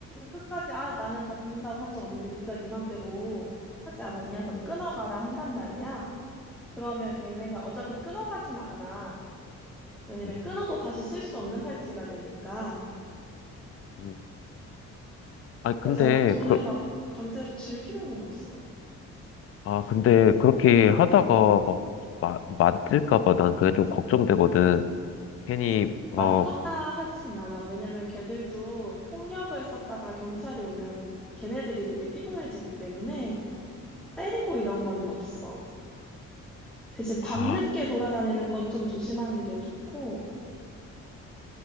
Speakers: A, in the centre; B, on the left.
A: 끝까지 아 나는 받는다고 한 적 없는데 네가 네 맘대로 하지 않았냐? 그럼 끊어가라 한단 말이야. 그러면 걔네가 어차피 끊어가진 않아. 왜냐면
B: 음,
A: 끊어도 다시 쓸 수 없는 팔찌가 되니까.
B: 음. 아니,
A: 그래서
B: 근데,
A: 돈을
B: 그,
A: 막 강제로 줄 필요는 없어.
B: 아, 근데 그렇게 하다가 막, 마, 만질까 봐 난 그게 좀 걱정되거든. 괜히, 어,
A: 맞거나 하진 않아. 왜냐면 걔들도 폭력을 썼다가 경찰이 오면 걔네들이 되게 피곤해지기 때문에 때리고 이런 건 없어. 대신 밤늦게
B: 아,
A: 돌아다니는 건 좀 조심하는 게 좋고,